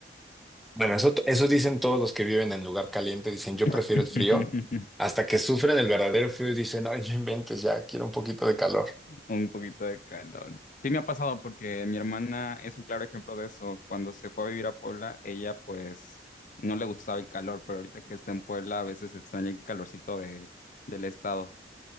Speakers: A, in the centre; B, on the left (about 45°).
A: Bueno, eso, eso dicen todos los que viven en lugar caliente, dicen yo
B: <laughs>
A: prefiero el frío, hasta que sufren el verdadero frío y dicen, ay, no inventes, ya quiero un poquito de calor.
B: un poquito de calor. Sí me ha pasado porque mi hermana es un claro ejemplo de eso. Cuando se fue a vivir a Puebla, ella pues no le gustaba el calor, pero ahorita que está en Puebla a veces extraña el calorcito de, del estado.